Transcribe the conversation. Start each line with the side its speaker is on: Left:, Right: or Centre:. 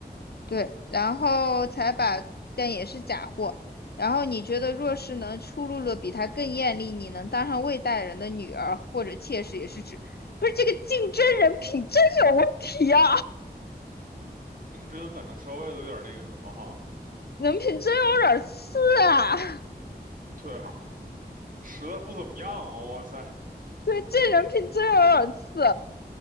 Left: 对，然后才把，但也是假货。然后你觉得若是能出露了比他更艳丽，你能当上魏大人的女儿或者妾室，也是指，不是这个竞争人品真有问题啊，
Right: 竞争反正稍微有点那个什么哈，
Left: 人品真有点次啊，
Right: 对啊，实在不怎么样啊，哇塞，
Left: 对，这人品真有点次，